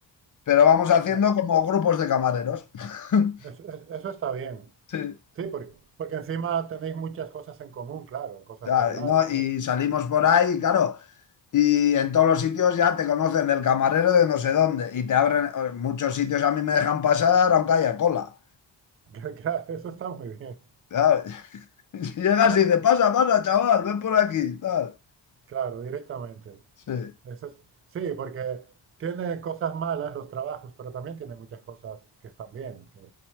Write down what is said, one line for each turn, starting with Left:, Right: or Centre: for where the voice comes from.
Left: pero vamos haciendo
Right: claro,
Left: como grupos de camareros. <laughs>
Right: eso, es- eso está bien.
Left: Sí.
Right: Sí, porque, porque encima tenéis muchas cosas en común, claro, cosas
Left: sea,
Right: que hablar
Left: ¿no?
Right: y todo.
Left: Y salimos por ahí, claro. Y en todos los sitios ya te conocen del camarero de no sé dónde. Y te abren. eh, Muchos sitios a mí me dejan pasar aunque haya cola.
Right: <laughs> Claro, eso está muy bien.
Left: ¿sabes? <laughs> Y llegas
Right: Ah,
Left: y dices, pasa, pasa, chaval, ven por aquí. Tal.
Right: Claro, directamente.
Left: Sí.
Right: Eso es- sí, porque tiene cosas malas los trabajos, pero también tiene muchas cosas que están bien, que,